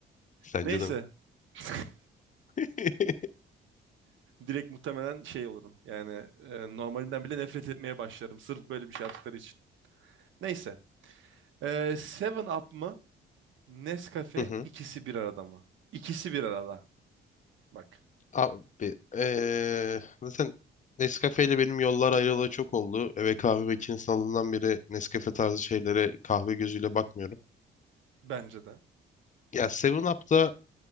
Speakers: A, on the left; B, on the right.
A: Sence
B: Neyse.
A: de mi?
B: <laughs>
A: <laughs>
B: Direkt muhtemelen şey olurum. Yani e, normalinden bile nefret etmeye başlarım. Sırf böyle bir şey yaptıkları için. Neyse. E, Seven Up mı? Nescafe
A: Hı hı.
B: ikisi bir arada mı? İkisi bir arada. Bak.
A: Abi, eee, zaten Nescafe ile benim yollar ayrılalı çok oldu. Eve kahve makinesi alından beri Nescafe tarzı şeylere kahve gözüyle bakmıyorum.
B: Bence de.
A: Ya 7 Up'ta